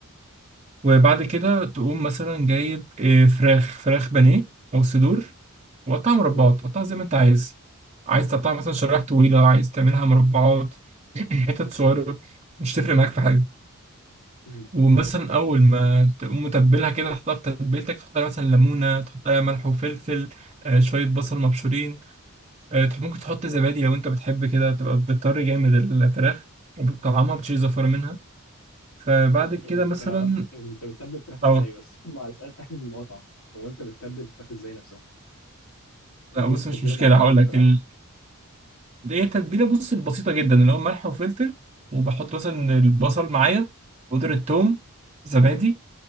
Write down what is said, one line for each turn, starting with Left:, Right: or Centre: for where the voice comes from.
Right: وبعد كده تقوم مثلا جايب آه، فراخ فراخ بانيه او صدور وقطعها مربعات
Left: مهم.
Right: قطعها زي ما انت عايز عايز تقطعها مثلا شرايح طويله عايز تعملها مربعات <clears throat> حتت صغيره مش تفرق معاك في حاجه
Left: مهم.
Right: ومثلا اول ما تقوم متبلها كده تحطها في تتبيلتك تحط عليها مثلا ليمونه تحط عليها ملح وفلفل آه، شويه بصل مبشورين آه، تح- ممكن تحط زبادي لو انت بتحب كده تبقى بتطري جامد الفراخ وبتطعمها بتشيل زفاره منها فبعد
Left: طب
Right: كده
Left: انت
Right: مثلا
Left: انت بتتبل الفراخ ازاي
Right: اه
Left: بس <laughs> معلش اسف آسف المقاطعه هو انت بتتبل الفراخ ازاي نفسها ليك
Right: لا بص
Left: تتبيله
Right: مش مشكله
Left: معينه
Right: هقول
Left: للفراخ
Right: لك ال... دي هي التتبيله بص البسيطه جدا اللي هو ملح وفلفل وبحط مثلا البصل معايا بودرة ثوم زبادي